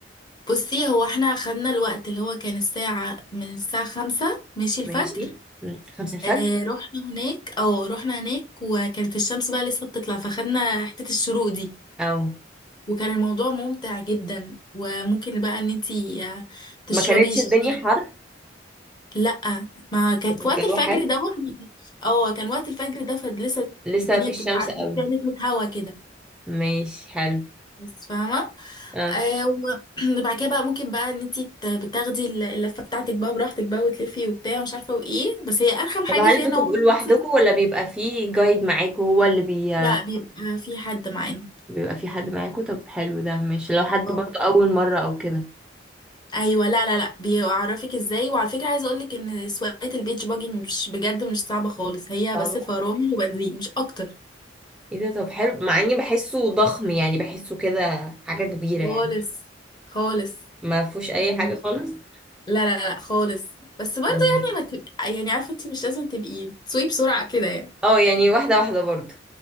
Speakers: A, on the left; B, in the centre.
A: بصي هو احنا خدنا الوقت اللي هو كان الساعة من الساعة خمسة ماشي الفجر
B: ماشي مم. خمسة الفجر
A: اه رحنا هناك او رحنا هناك وكانت الشمس بقى لسه بتطلع فخدنا حتة الشروق دي
B: او
A: وكان الموضوع ممتع جدا وممكن بقى ان انتي آه، تشربي
B: ما كانتش
A: الشاي
B: الدنيا حر
A: لا ما كانت
B: الجو
A: وقت الفجر
B: حلو
A: دوت اه كان وقت الفجر ده فلسه
B: لسه
A: الدنيا
B: في الشمس
A: بتبقى عارفه
B: قوي
A: إن فيها نسمه هوا كده
B: ماشي حلو
A: بس فاهمه
B: اه
A: آه و- <clears throat> وبعد كده بقى ممكن بقى ان انتي ت- بتاخدي ال- اللفه بتاعتك بقى براحتك بقى وتلفي وبتاع ومش عارفه وايه بس هي ارخم حاجه
B: طب هل
A: فيها ان
B: بتبقوا
A: هو
B: لوحدكم
A: مثلا
B: ولا بيبقى فيه جايد معاكوا هو اللي بي...
A: لا بيبقى في حد معانا
B: بيبقى فيه حد معاكوا طب حلو ده ماشي لو حد
A: اه
B: برضه أول مرة أو كده
A: ايوه لا لا لا بيعرفك ازاي وعلى فكره عايزه اقولك ان سواقه البيتش باجي مش بجد مش صعبه خالص هي
B: طبعا
A: بس فرامل وبنزين مش اكتر
B: ايه ده طب حلو مع اني بحسه ضخم يعني بحسه كده حاجة كبيرة
A: خالص
B: يعني
A: خالص
B: ما فيهوش اي
A: بجد.
B: حاجة خالص
A: لا لا لا خالص بس برضه
B: مم.
A: يعني ما تبقى يعني عارفه انت مش لازم تبقي تسوقي بسرعه كده يعني
B: اه يعني واحدة واحدة برضه